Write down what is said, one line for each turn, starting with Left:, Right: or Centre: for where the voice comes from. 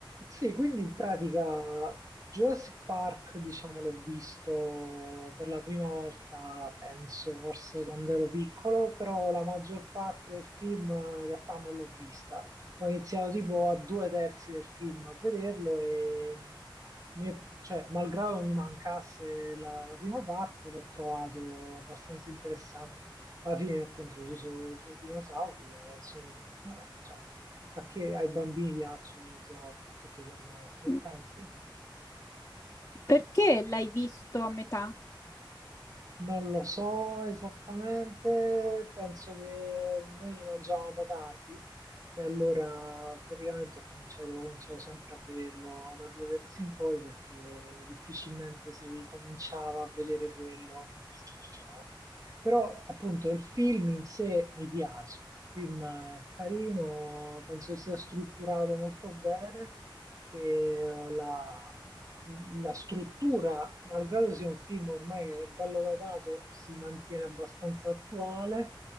Right: Sì, quindi in pratica Jurassic Park, diciamo, l'ho visto per la prima volta, penso, forse quando ero piccolo, però la maggior parte del film eh, in realtà non l'ho vista. Ho iniziato tipo a due terzi del film a vederlo e, mi- cioè, malgrado mi mancasse la, la prima parte, l'ho trovato abbastanza interessante. Alla fine, appunto, ci sono, ci sono i dinosauri che sono, cioè, a che ai bambini piacciono i dinosauri, tutto sommato, non
Left: M-
Right: pensi?
Left: Perché l'hai visto a metà?
Right: Non lo so esattamente, penso che noi mangiavamo tardi e allora praticamente ho cominciato, cominciavo sempre a vederlo da due terzi in poi perché difficilmente si cominciava a vedere quello mentre si mangiava. Però appunto il film in sé mi piace, il film è carino, penso che sia strutturato molto bene, che eh, la la struttura, malgrado sia un film ormai che è bello datato, si mantiene abbastanza attuale